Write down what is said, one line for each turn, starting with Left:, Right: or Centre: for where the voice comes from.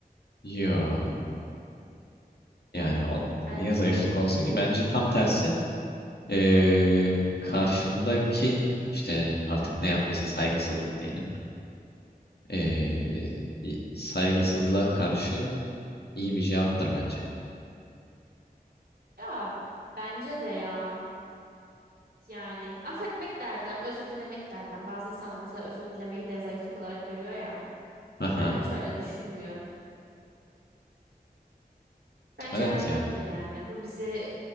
Left: Yo. Yani o-
Right: Bence
Left: niye zayıflık
Right: de.
Left: olsun ki? Bence tam tersi. Ee, karşındaki işte artık ne yaptıysa saygısızlık diyelim. Ee, saygısızlığa karşı iyi bir cevaptır bence.
Right: Ya bence de ya. Yani affetmek derdim, özür dilemek derdim. Bazı insanlar mesela özür dilemeyi de zayıflık olarak görüyor ya.
Left: Aha.
Right: Ben şöyle düşünmüyorum. Bence
Left: Evet
Right: erdemdir
Left: ya.
Right: yani. Bu bizi